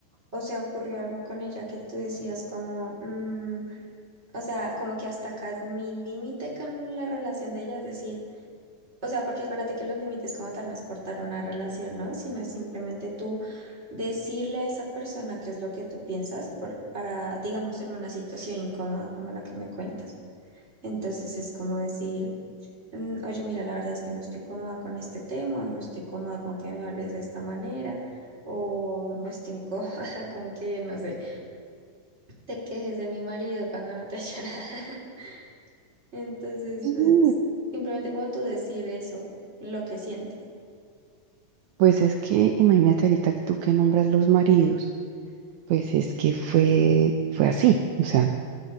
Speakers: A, on the right; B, on the right.
A: o sea, ocurrió algo con ella que tú decías como, mm, o sea, como que hasta acá es mi límite con la relación de ella, es decir. O sea, porque acuérdate que los límites como tal no es cortar una relación, ¿no? Sino es simplemente tú decirle a esa persona qué es lo que tú piensas por, para, digamos, en una situación incómoda como la que me cuentas. Entonces es como decir, "Mm, oye, mira, la verdad es que no estoy cómoda con este tema, o no estoy cómoda con que me hables de esta manera, o no estoy cómoda <laughs> con que, no sé, te quejes de mi marido cuando no te ha hecho nada. <laughs> Entonces,
B: y,
A: es simplemente como tú decir eso, lo que sientes.
B: Pues es que imagínate ahorita que tú que nombras los maridos, pues es que fue, fue así. O sea,